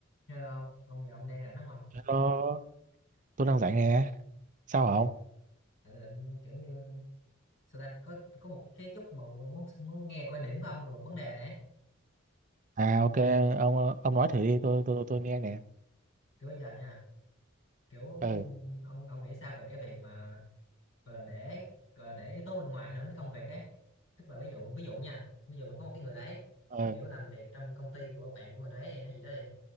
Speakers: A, on the left; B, on the right.
A: hello ông ông giọng đang rảnh đúng không
B: Ờ, tôi đang rảnh nè. Sao
A: ông
B: hả ông?
A: ừ. tại tôi định kiểu như sao ta có có một cái chút mà muốn muốn nghe quan điểm của ông về một vấn đề này ấy.
B: À ok, ông ông nói thử đi, tôi tôi tôi nghe nè.
A: kiểu bây giờ nha kiểu
B: Ừ,
A: ông ông nghĩ sao về cái việc mà gọi là để gọi là để yếu tố bên ngoài ảnh hưởng đến công việc ấy tức là ví dụ ví dụ nha ví dụ mà có một cái người đấy
B: ừ,
A: kiểu làm việc trong công ty của bạn của người đấy hay gì đó đi